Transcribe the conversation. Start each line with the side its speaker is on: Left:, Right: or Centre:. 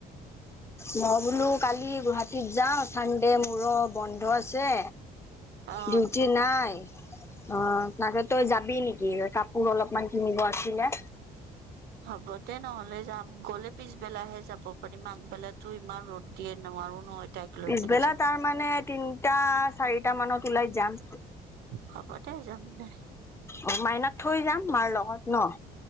Left: ম বোলো কালি গুৱাহাটীত যাওঁ, চানডে মোৰো বন্ধ আছে।
Right: অ
Left: ডিউটি নাই। অ, তাকে তই যাবি নেকি? কাপোৰ অলপমান কিনিব আছিলে।
Right: হ'ব দে নহলে যাম। গ'লে পিছবেলাহে যাব পাৰিম, আগবেলাটো ইমান ৰ'দ দিয়ে, নোৱাৰো নহয়। তাইক লৈ
Left: পিছবেলা
Right: কেনে যাব।
Left: তাৰ মানে, তিনটা, চাৰিটা মানত ওলাই যাম।
Right: হ'ব দে, যাম দে।
Left: অ মাইনাক থৈ যাম, মাৰ লগত ন?